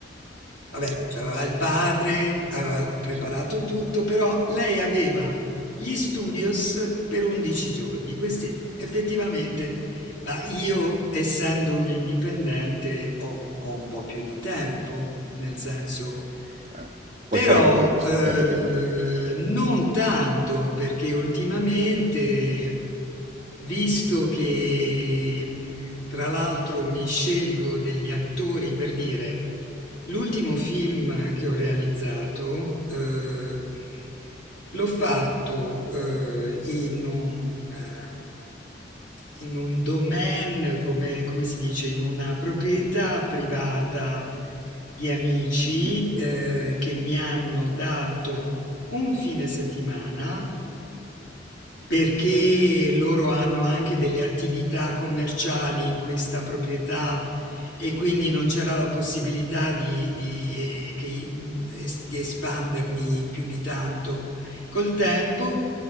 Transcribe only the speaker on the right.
sì,
sì.
Eh, puoi
fare come vuoi questo,
eh, perché allora...
Mhm.